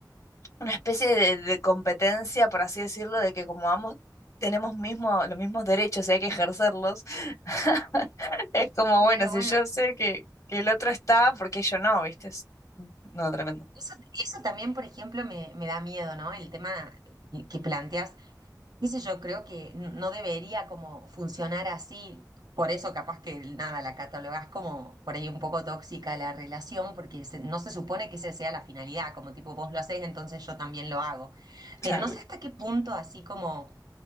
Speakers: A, on the left; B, on the right.
A: Una especie de, de competencia, por así decirlo, de que como ambos tenemos mismo, los mismos derechos y hay que ejercerlos, <laughs> es como,
B: Claro,
A: bueno, si
B: bueno,
A: yo sé que, que el otro está, ¿por qué yo no? ¿Viste? Es- No, tremendo.
B: eso, eso también, por ejemplo, me, me da miedo, ¿no? El tema que planteas qué sé yo, creo que n- no debería como funcionar así. Por eso capaz que nada, la catalogás como por ahí un poco tóxica la relación, porque se- no se supone que esa sea la finalidad, como tipo vos lo haces, entonces yo también lo hago.
A: Claro.
B: Pero no sé hasta qué punto, así como